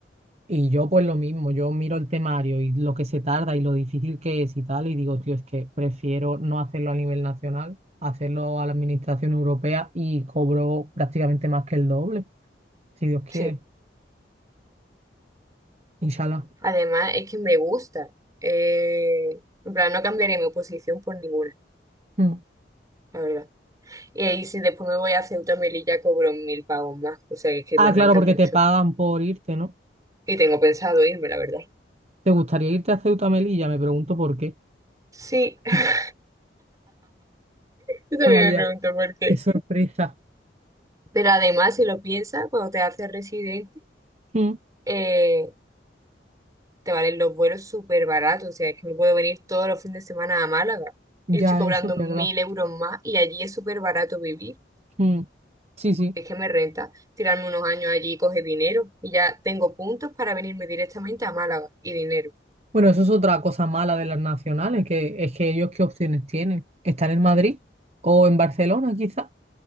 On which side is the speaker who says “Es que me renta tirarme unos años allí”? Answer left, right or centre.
Right